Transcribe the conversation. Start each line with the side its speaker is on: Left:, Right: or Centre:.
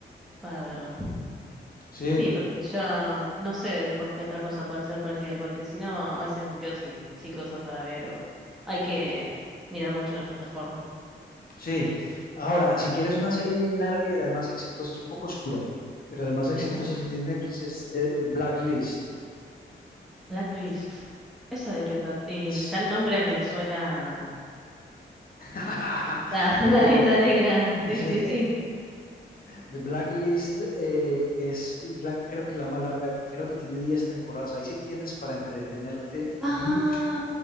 Centre: para verlo.
Left: Sí,
Centre: Sí, porque ya no sé después qué otra cosa puede ser parecida, porque si no, a veces me quedo sin, sin cosas para ver o hay que mirar mucho en las plataformas.
Left: sí. Ahora, si quieres una serie bien larga y de las más exitosas, un poco oscura, pero de las más
Centre: Bien.
Left: exitosas que tiene Netflix es eh, The Blacklist.
Centre: Blacklist. ¿Esa de qué trata? Y
Left: Es
Centre: ya el nombre me suena.
Left: <laughs>
Centre: La, <laughs>
Left: macabro.
Centre: la lista negra.
Left: <laughs>
Centre: Sí, sí, sí.
Left: The Blacklist eh, es la, creo que la más larga, creo que tiene 10 temporadas. Ahí sí tienes para entretenerte
Centre: Ah,
Left: mucho.